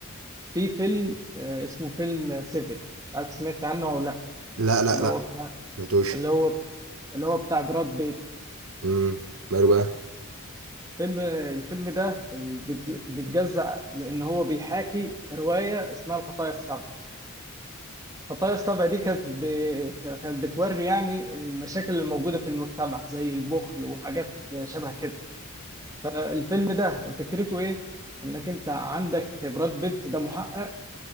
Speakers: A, on the right; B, on the right.
A: في فيلم آه، اسمه فيلم سيفن مش عارف سمعت عنه او لا
B: لا لا
A: اللي
B: لا
A: هو بتاع
B: سمعتوش
A: اللي هو اللي هو بتاع براد بيت
B: امم ماله بقى
A: فيلم الفيلم ده ال- بيت- بيتجزأ لان هو بيحاكي روايه اسمها الخطايا السبع خطايا السبع دي كانت ب... كانت بتوري يعني المشاكل الموجودة في المجتمع زي البخل وحاجات شبه كده فالفيلم ده فكرته ايه؟ انك انت عندك براد بيت ده محقق